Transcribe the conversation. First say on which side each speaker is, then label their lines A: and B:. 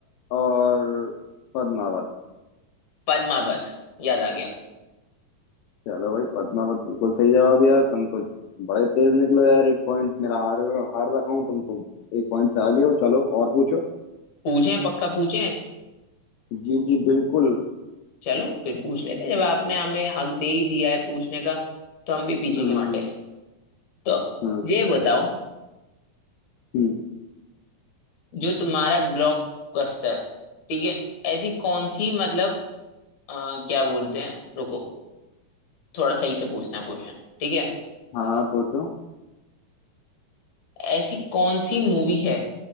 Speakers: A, on the left (about 80°); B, on the left (about 55°).
A: और पद्मावत
B: पद्मावत याद आ गया
A: चलो भाई पद्मावत बिल्कुल सही जवाब यार तुम तो बड़े तेज निकलो यार एक पॉइंट मेरा हार हार रखा हूँ तुम तो एक पॉइंट से आगे हो चलो और पूछो
B: पूछें पक्का पूछें
A: जी जी बिल्कुल
B: चलो फिर पूछ लेते हैं। जब आपने हमें हक दे ही दिया है पूछने का तो हम भी पीछे
A: हम्म
B: क्यों हटे तो
A: हम्म
B: ये बताओ
A: हम्म
B: जो तुम्हारा ब्लॉकबस्टर ठीक है ऐसी कौन सी मतलब अ, क्या बोलते हैं रुको थोड़ा सही से पूछना क्वेश्चन ठीक है
A: हाँ हाँ पूछो
B: ऐसी कौन सी मूवी है